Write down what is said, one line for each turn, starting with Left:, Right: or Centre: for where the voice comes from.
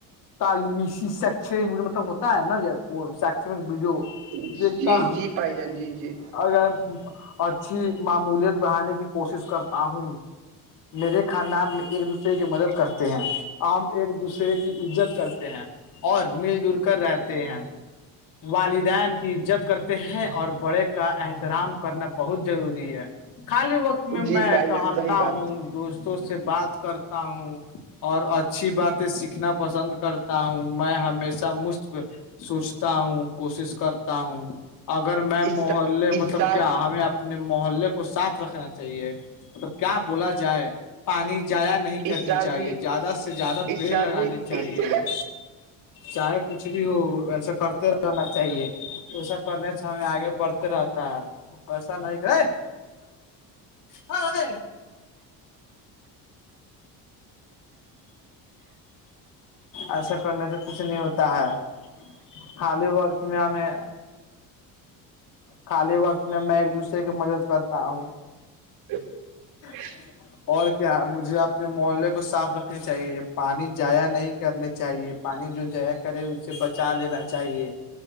Left: تعلیمی شککیڈیو مطلب ہوتا ہے نا وہ شکشک ویڈیو-
Right: جی
Left: دتا
Right: جی پائی جان جی جی
Left: اگر اچھی معمولیت بڑھانے کی کوشش کرتا ہوں میرے خاندان میں- ایک دوسرے کی مدد کرتے ہیں- عام ایک دوسرے کی عزت کرتے ہیں اور مل جل کر رہتے ہیں والدین عزت کرتے ہیں اور بڑے کا احترام کرنا بہت ضروری ہے خالی وقت- میں
Right: جی
Left: -میں
Right: پائی
Left: ٹہلتا
Right: جان صحیح بات
Left: ہوں- دوستوں سے بات کرتا ہوں اور اچھی باتیں سیکھناڑ- پسند کرتا ہوں میں ہمیشہ مشف سوچتا ہوں کوشش کرتا- ہوں اگر میں
Right: اس
Left: محلے
Right: اس
Left: مطلب
Right: سال
Left: کیا ہمیں اپنے محلے کو صاف رکھنا چ- چاہیے مطلب کیا بولا جائے- پانی جایا نہیں کرنی
Right: اس سال
Left: چاہیے
Right: بھی
Left: زیادہ سے زیادہ
Right: اس
Left: پیڑ
Right: سال
Left: لگانے
Right: بھی
Left: چاہیے-
Right: اس
Left: چاہے کچھ بھی ہو ویسا کرتے رہناا چاہیے ایسا کرنے سے ہمیں آگے بڑھتے رہتا ہے ایسا نہیں کرے ہاں ا ایسا کرنے سے کچھ نہیں ہوتا ہے ہاں ل ب ہمیں خالی وقت میں میں ایک دوسرے کی مدد کرتا تاا ہوں
Right: ا <unintelligible>
Left: جچ <unintelligible> اور کیا مجھے اپنے محلے کو صاف رکھنے چاہیے پانی جضایا نہیں کرنے چاہیے پانی جو جیا کرے اسے بچا لینا چاہیے